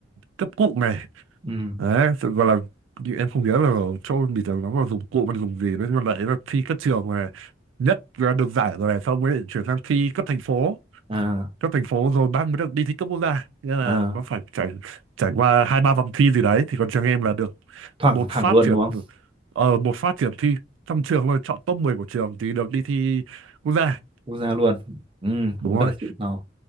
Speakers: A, on the right; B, on the right.
A: cấp cụm này
B: ừ
A: đấy sự- gọi là như em không nhớ là cho mình là nó là dùng cụm hay dùng gì đấy nhưng mà lại là thi các trường này nhất là được giải rồi này xong mới chuyển sang thi cấp thành phố
B: à
A: cấp thành phố rồi bạn mới được đi thi cấp quốc gia nghĩa là
B: à
A: nó phải trải trải qua hai ba vòng thi gì đấy thì còn trường em là được
B: thẳng
A: một
B: thẳng
A: phát
B: luôn
A: triển
B: đúng không
A: ờ một phát triển thi trong trường là chọn top 10 của trường thì được đi thi quốc gia
B: quốc gia luôn ừ
A: đúng
B: cũng rất
A: rồi
B: là xịn sò